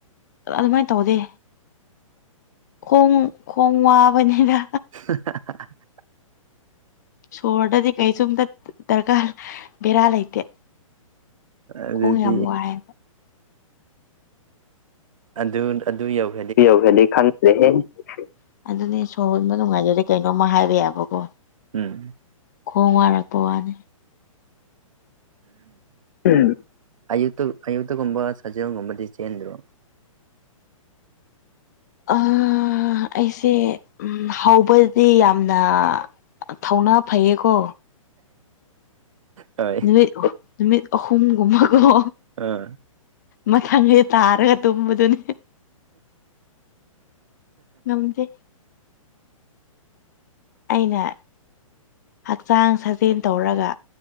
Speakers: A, on the left (about 30°); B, on the right (about 70°).
A: ꯑꯗꯨꯃꯥꯏꯅ ꯇꯧꯗꯦ ꯈꯣꯡ ꯈꯣꯡ ꯋꯥꯕꯅꯤꯅ
B: <unintelligible>
A: ꯁꯣꯔꯗꯗꯤ ꯀꯩꯁꯨꯝꯇ ꯗꯔꯀꯥꯔ ꯕꯦꯔꯥ ꯂꯩꯇꯦ
B: ꯑꯗꯨꯗꯤ
A: ꯈꯣꯡ ꯌꯥꯝ ꯋꯥꯏꯦ
B: ꯑꯗꯨ ꯑꯗꯨ ꯌꯧꯏ
A: ꯌꯧꯒ꯭ꯔꯗꯤ ꯈꯪꯗꯦꯍꯦ ꯑꯗꯨꯅꯦ ꯁꯣꯔ ꯍꯣꯟꯕ ꯅꯨꯡꯉꯥꯏꯖꯗꯤ ꯀꯩꯅꯣꯝꯃ ꯍꯥꯏꯕ ꯌꯥꯕꯀꯣ
B: ꯎꯝ
A: ꯈꯣꯡ ꯋꯥꯔꯛꯄ ꯋꯥꯅꯦ ꯎꯝ
B: ꯑꯌꯨꯠꯇ ꯑꯌꯨꯠꯇꯒꯨꯝꯕ ꯁꯖꯦꯜꯒꯨꯝꯕꯗꯤ ꯆꯦꯟꯗ꯭ꯔꯣ
A: ꯑꯥ ꯑꯩꯁꯦ ꯍꯧꯕꯗꯤ ꯌꯥꯝꯅ ꯊꯧꯅꯥ ꯐꯩꯌꯦꯀꯣ
B: ꯍꯣꯏ
A: ꯅꯨꯃꯤꯠ ꯅꯨꯃꯤꯠ ꯑꯍꯨꯝꯒꯨꯝꯕꯀꯣ
B: ꯑ
A: ꯃꯊꯪꯁꯦ ꯇꯥꯔꯒ ꯇꯨꯝꯕꯗꯨꯅꯤ ꯉꯝꯗꯦ ꯑꯏꯩꯅ ꯍꯛꯆꯥꯡ ꯁꯥꯖꯦꯜ ꯇꯧꯔꯒ